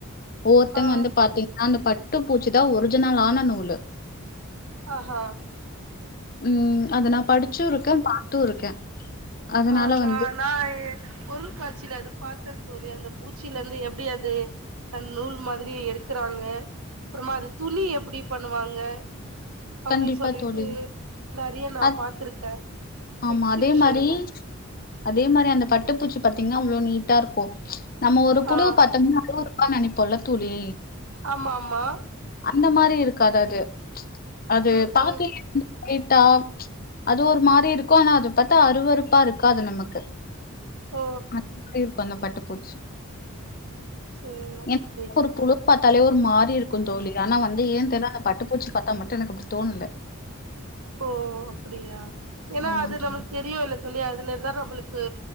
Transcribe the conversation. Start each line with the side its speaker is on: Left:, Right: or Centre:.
Left: ஒவ்வொருத்தவங்க
Right: ஆ
Left: வந்து பாத்தீங்கன்னா அந்த பட் பட்டு பூச்சிதா ஒரிஜினலான நூலு.
Right: ஆஹா.
Left: உம். அது நா படிச்சு இருக்கே பா. பாத்தூ இருக்கே. அதனால
Right: ஆஹ நா
Left: வந்து
Right: நா எ பொருள் காட்சில அதுப் பாத்தே தோலி அந்த பூச்சில இந்து எப்புடி அது அந்த நூல் மாதிரி எடுக்குறாங்க அப்புறமா அது துணி எப்புடி பண்ணுவாங்க. அப்புடி
Left: கண்டிப்பா
Right: சொல்லிட்டு.
Left: தோழி
Right: நறைய நா
Left: அ
Right: பாத்துருக்க
Left: ஆமா
Right: எக்ஸிபிஷன்ல.
Left: அதே மாரி அதே மாரி அந்த பட்டுப்பூச்சி பாத்தீங்கனா அவ்வளோ நீட்டா இருக்கோ ச். நம்ம ஒரு புழு
Right: ஆ
Left: பார்த்தோம்னா அது ஒரு. அதா நெனைப்போல துலி.
Right: ஆமா ஆமா
Left: அந்த மாரி இருக்காது அது. அது
Right: ம்
Left: பாக்க
Right: ம்
Left: <unintelligible> இப் தா ச் அது ஒரு மாரி இருக்கோ ஆனா அத பாத்தா அறுவறுப்பா இருக்காது நமக்கு
Right: ஓ
Left: <unintelligible> கொஞ்சோ பட்டு போச்சு
Right: சரிங்க
Left: <unintelligible>
Right: தோழி
Left: ஒரு புழு பாத்தாலே ஒரு மாரி இருக்கோ தோலி ஆனா வந்து ஏ தெரிய அந்த பட்டுப்பூச்சி பாத் தா மட்டோ எனக்கு அப்டி தோணல
Right: ஓ அப்புடியா ஏன்னா
Left: ஆமா
Right: அது
Left: தோழி
Right: நமக்கு தெரியோல தோலி அதுலதா நம்மளுக் அ